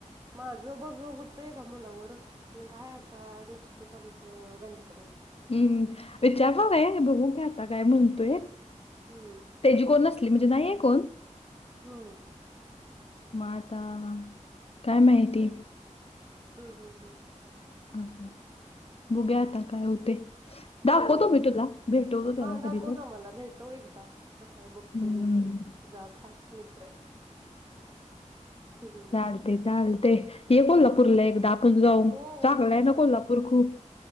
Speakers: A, on the right; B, on the left.
A: माझं बघ होतय का मुलावर. पण काय आता नशिबच आमचं गंडकं म्हणायचं. बघ.
B: हम्म विचारणार आहे बघू काय आता काय म्हणतोय.
A: हम्म.
B: त्याची कोण नसली म्हणजे नाही हे कोण.
A: हम्म.
B: म आता काय माहिती.
A: हम हं हं.
B: अस, बुघया आता काय होते. दाखवतो
A: हम्म,
B: मी तुला भेटवतो त्याला
A: हा दाखव
B: कधी तर
A: ना मला भेटो एकदा कसाय बघते
B: हम्म.
A: मी पण. जा खास मित्र. हम्म.
B: चालते चालते ये कोल्हापूर पुरला एकदा. जाऊ,
A: हो
B: चांगलाय
A: येते
B: ना कोल्हापूर खूप?